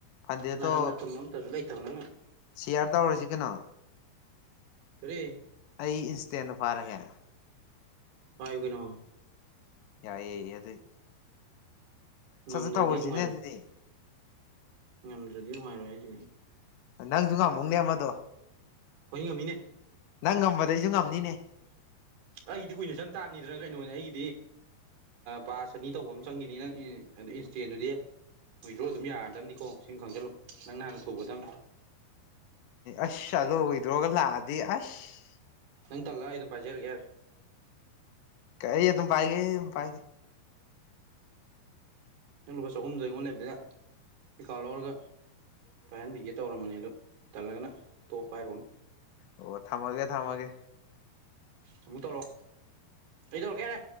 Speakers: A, on the left (about 80°); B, on the right (about 65°).
A: ꯐꯟꯗꯦꯗꯣ
B: ꯅꯅꯥꯔ ꯅꯅꯥ ꯇꯨꯝ ꯑꯝꯇꯁꯨ ꯂꯩꯇ ꯊꯅ
A: ꯁꯤꯌꯥꯔ ꯇꯧꯔꯁꯤ ꯀꯩꯅꯣ
B: ꯁꯔꯤꯦ
A: ꯑꯩ ꯏꯟꯁꯇꯦꯟꯗ ꯐꯥꯔꯒꯦ
B: ꯄꯥꯏꯨꯒꯩꯅꯣ
A: ꯌꯥꯏꯌꯦ ꯑꯗꯨ ꯁꯠꯁ
B: ꯉꯝꯗ꯭ꯔꯗꯤ
A: ꯇꯧꯍꯔꯤꯁꯤꯅꯦ
B: ꯅꯨꯡꯉꯥꯏꯔꯣꯏ
A: ꯑꯗꯨꯗꯤ
B: ꯉꯝꯗ꯭ꯔꯗꯤ ꯅꯨꯡꯉꯥꯏꯔꯣꯏ ꯍꯥꯏꯁꯤꯅꯤ
A: ꯅꯪꯁꯨ ꯉꯥꯡꯃꯨꯛꯅꯦ ꯃꯗꯣ
B: ꯍꯉꯃꯤꯅꯦ
A: ꯅꯪ ꯉꯝꯕꯗꯩꯁꯨ ꯉꯝꯅꯤꯅꯦ
B: ꯑꯩꯒꯤꯗꯤ ꯀꯨꯏꯅ ꯆꯪ ꯇꯥꯕꯅꯤꯗꯅ ꯀꯩꯅꯣꯅꯦ ꯑꯩꯒꯤꯗꯤ ꯄꯥꯁ ꯆꯅꯤ ꯇꯧꯕ ꯑꯃ ꯆꯪꯈꯤꯅꯤ ꯅꯪ ꯏꯟꯁꯇꯦꯟꯗꯨꯗꯤ ꯋꯤꯗ꯭ꯔꯣ ꯑꯗꯨꯝ ꯌꯥꯔꯗꯕꯅꯤꯀꯣ ꯁꯤꯨꯝ ꯈꯪꯖꯤꯜꯂꯨ ꯅꯪ ꯅ ꯍꯥꯟꯅ ꯊꯨꯒꯗꯕꯅꯤ
A: ꯑꯁꯗ ꯑꯣꯏꯏꯗ꯭ꯔꯣꯒ ꯂꯥꯛꯑꯗꯤ ꯑꯁ
B: ꯅꯪ ꯇꯜꯂꯒ ꯑꯩ ꯑꯗꯨꯝ ꯄꯥꯏꯖꯔꯒꯦ ꯌꯥꯔꯦ
A: ꯀꯩ ꯌꯦ ꯑꯗꯨꯝ ꯄꯥꯏꯒꯦ ꯄꯥꯏꯒꯦ
B: ꯅꯪ ꯂꯨꯄꯥ ꯆꯍꯨꯝꯗ ꯑꯩꯉꯣꯟꯗ ꯂꯩꯕꯅꯤꯗ ꯀꯩꯀꯥ ꯂꯧꯔꯒ ꯄꯥꯏꯍꯟꯕꯤꯒꯦ ꯇꯧꯔꯝꯕꯅꯤ ꯑꯗꯣ ꯇꯜꯂꯒꯅ ꯇꯣꯛ ꯍꯥꯏꯔꯣꯅ
A: ꯑꯣ ꯊꯝꯃꯒꯦ ꯊꯃꯒꯦ
B: ꯑꯃꯨꯛ ꯇꯧꯔꯣ ꯑꯩ ꯇꯧꯔꯛꯣ ꯀꯦꯔꯦ